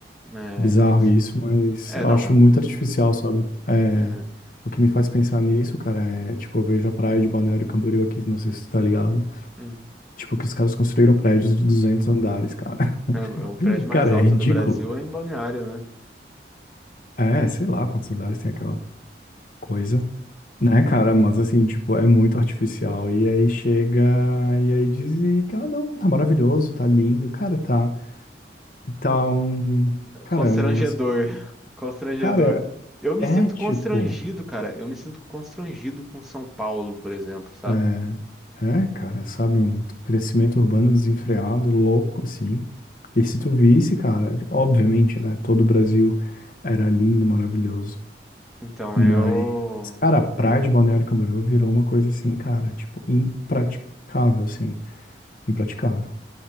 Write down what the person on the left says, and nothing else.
bizarro isso, mas eu
acho muito artificial, sabe? É,
o que me faz pensar nisso, cara, é tipo, eu vejo a praia de Balneário Camboriú aqui, não sei se você tá ligado.
Tipo, que os caras construíram prédios de 200 andares, cara. <laughs>
Cara,
é ridículo,
cara.
É, sei lá quantos andares tem aquela coisa. Né, cara, mas assim, tipo, é muito artificial. E aí chega e aí diz e, ah, não, tá maravilhoso, tá lindo, cara, tá, tá um, cara,
é um assim,
cara,
é
tipo,
é, é, cara, sabe, um crescimento urbano desenfreado, louco, assim. E se tu visse, cara, obviamente, né, todo o Brasil era lindo, maravilhoso,
mas,
cara, a praia de Balneário Camboriú virou uma coisa assim, cara, tipo, impraticável, assim, impraticável.